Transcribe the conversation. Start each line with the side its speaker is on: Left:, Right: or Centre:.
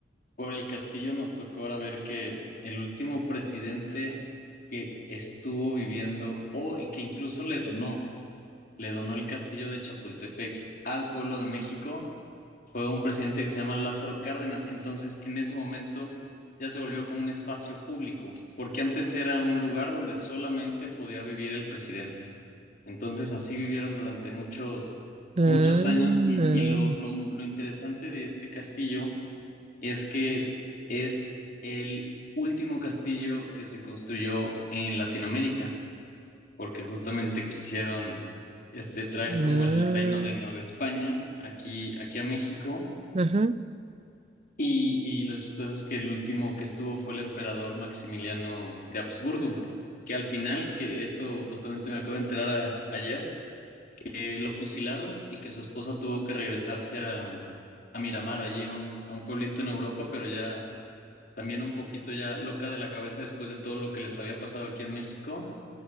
Left: por el castillo, nos tocó ahora ver que el último presidente que estuvo viviendo o y que incluso le donó, le donó el castillo de Chapultepec al pueblo de México fue un presidente que se llama Lázaro Cárdenas. Entonces, en ese momento ya se volvió como un espacio público, porque antes era un lugar donde solamente podía vivir el presidente. Entonces, así vivieron durante muchos,
Right: Mm,
Left: muchos años. Y, y lo, lo, lo interesante de este castillo es que es el último castillo que se construyó en Latinoamérica, porque justamente quisieron este, traer
Right: mm,
Left: como el reino de Nueva España aquí, aquí a México
Right: ujú.
Left: Y, y lo chistoso es que el último que estuvo fue el emperador Maximiliano de Habsburgo, que al final, que esto justamente me acabo de enterar a- ayer, que lo fusilaron y que su esposa tuvo que regresarse a, a Miramar, allí a un, a un pueblito en Europa, pero ya también un poquito ya loca de la cabeza después de todo lo que les había pasado aquí en México